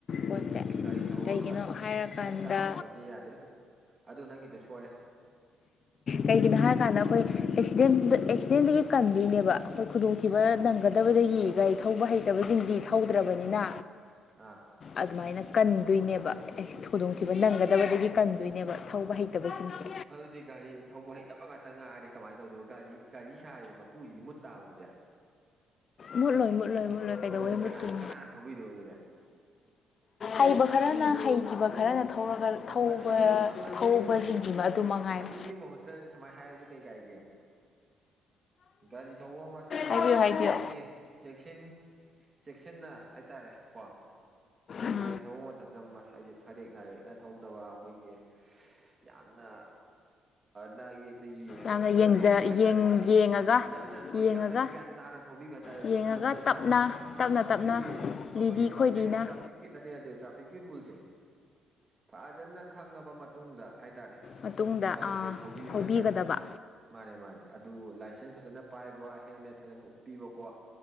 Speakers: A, on the left; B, on the right.
A: ꯄꯣꯠꯁꯦ
B: ꯎꯝ ꯒꯥꯔꯤ ꯊꯧꯕ
A: ꯀꯩꯒꯤꯅꯣ
B: ꯐꯠ
A: ꯍꯥꯏꯔꯀꯥꯟꯗ
B: ꯐꯠꯇꯕ ꯍꯥꯏꯕꯁꯦ ꯌꯥꯗꯦ ꯑꯗꯨ ꯑꯗꯨ ꯅꯪꯒꯤꯗꯣ ꯁꯣꯏꯔꯦ
A: ꯀꯩꯒꯤꯅꯣ ꯍꯥꯏ ꯀꯥꯟꯗ ꯑꯈꯣꯏ ꯑꯦꯛꯁꯤꯗꯦꯟꯗ ꯑꯦꯛꯁꯤꯗꯦꯟꯗꯒꯤ ꯀꯟꯗꯣꯏꯅꯦꯕ ꯕ ꯑꯈꯣꯏ ꯈꯨꯗꯣꯡꯊꯤꯕ ꯅꯪꯒꯗꯕꯗꯒꯤ ꯒꯥꯔꯤ ꯊꯧꯕ ꯍꯩꯇꯕꯖꯤꯡꯗꯤ ꯊꯧꯗ꯭ꯔꯕꯅꯤꯅ
B: ꯑꯥ
A: ꯑꯗꯨꯃꯥꯏꯅ ꯀꯟꯗꯣꯏꯅꯦꯕ ꯑꯦꯛꯁ ꯈꯨꯗꯣꯡꯊꯤꯕ ꯅꯪꯒꯗꯕꯗꯒꯤ ꯀꯟꯗꯣꯏꯅꯦꯕ ꯊꯧꯕ ꯍꯩꯇꯕꯁꯤꯡꯁꯦ
B: ꯑꯗꯨꯗꯤ ꯒꯥꯔꯤ ꯊꯧꯕ ꯍꯩꯇꯕ ꯉꯥꯛꯇ ꯉꯥꯏꯔꯗꯤ ꯀꯃꯥꯏꯅ ꯇꯧꯗꯕ ꯒꯥꯔꯤ ꯒꯥꯔꯤ ꯁꯥꯔꯤꯕ ꯃꯄꯨꯁꯤꯗꯤ ꯃꯨꯠ ꯇꯥꯕꯗꯨꯗꯤ
A: ꯃꯨꯠꯂꯣꯏ ꯃꯨꯠꯂꯣꯏ ꯃꯨꯠꯂꯣꯏ ꯀꯩꯗꯧꯧꯕ
B: ꯑꯗꯨꯗꯤ ꯀꯅꯥ
A: ꯇꯨꯣ
B: ꯀꯅꯥꯅ ꯊꯧꯕꯤꯗꯣꯏꯕ
A: ꯍꯩꯕ ꯈꯔꯅ ꯍꯩꯈꯤꯕ ꯈꯔꯅ ꯊꯧꯔꯒ ꯊꯧꯕ
B: ꯑꯗꯨꯗꯤ ꯑꯗꯨ ꯑꯗꯨꯒꯤ
A: ꯊꯧꯕꯁꯤꯡꯗꯨꯃ
B: ꯃꯍꯨꯠ
A: ꯑꯗꯨ ꯃꯉꯥꯏꯔ
B: ꯑꯗꯨꯒꯤ ꯃꯍꯨꯠꯇ ꯁꯨꯃꯥꯏꯅ ꯍꯥꯏꯔꯗꯤ ꯀꯩ ꯀꯥꯏꯒꯦ ꯒꯥꯔꯤ ꯊꯧꯕ ꯃꯇꯝꯗ
A: ꯍꯥꯏꯕꯤꯌꯨ ꯍꯥꯏꯕꯤꯌꯨ
B: ꯑꯩꯈꯣꯏꯒꯤ ꯆꯦꯛꯁꯤꯟ ꯆꯦꯛꯁꯤꯟꯅ ꯍꯥꯏꯇꯥꯔꯦ ꯀꯣ
A: ꯎꯝ
B: ꯒꯥꯔꯤ ꯊꯧꯕ ꯃꯇꯝꯗ ꯉꯁꯥꯏꯗꯨ ꯊꯥꯔꯦꯛ ꯅꯥꯔꯦꯛ ꯊꯧꯗꯕ ꯑꯩꯈꯣꯏꯒꯤ ꯌꯥꯝꯅ ꯅꯥ ꯌꯦꯛꯇ ꯌꯦꯡꯉꯒ
A: ꯌꯥꯝꯅ
B: ꯐꯖꯅ
A: ꯌꯦꯡꯖ
B: ꯊꯧꯕꯤꯕ ꯍꯥꯏꯇꯥꯔꯦ
A: ꯌꯦꯡ ꯌꯦꯡꯉꯒ
B: ꯌꯥꯝꯅ ꯍꯣꯏ
A: ꯌꯦꯡꯉꯒ
B: ꯌꯥꯝꯅ ꯒ꯭ꯌꯥꯟ ꯇꯥꯅ ꯊꯧꯕꯤꯕ ꯍꯥꯏꯇꯥꯔꯦ
A: ꯌꯦꯡꯉꯒ
B: ꯁꯝꯅ ꯍꯥꯏꯔꯕꯗ
A: ꯇꯞꯅ
B: ꯇ꯭ꯔꯥꯐꯤꯛ
A: ꯇꯞꯅ ꯇꯞꯅ
B: ꯑꯩꯈꯣꯏꯒꯤ ꯑꯩꯈꯣꯏꯒꯤ
A: ꯂꯤꯔꯤ ꯈꯣꯏꯔꯤꯅ
B: ꯇ꯭ꯔꯥꯐꯤꯛ ꯇ꯭ꯔꯥꯐꯤꯛꯀꯤ ꯅꯠꯇꯦ ꯅꯠꯇꯦ ꯇ꯭ꯔꯥꯐꯤꯛꯀꯤ ꯔꯨꯜꯁꯦ ꯐꯖꯅ ꯈꯪꯉꯕ ꯃꯇꯨꯡꯗ ꯍꯥꯏꯇꯥꯔꯦ
A: ꯃꯇꯨꯡꯗ
B: ꯒꯥꯔꯤꯁꯦ ꯊꯧꯕꯤꯕ
A: ꯊꯧꯕꯤꯒꯗꯕ
B: ꯍꯥꯏꯇꯥꯔꯦ ꯃꯥꯅꯦ ꯃꯥꯅꯦ ꯑꯗꯨ ꯂꯥꯏꯁꯦꯟꯁ ꯐꯖꯅ ꯄꯥꯏꯕ ꯍꯦꯜꯃꯦꯠ ꯐꯖꯅ ꯎꯞꯄꯤꯕꯀꯣ